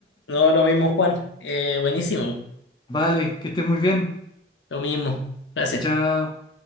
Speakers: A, on the left; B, on the left.
A: No, lo mismo, Juan. Eh, buenísimo.
B: Vale, que estés muy bien.
A: Lo mismo. Gracias.
B: Chao. chao.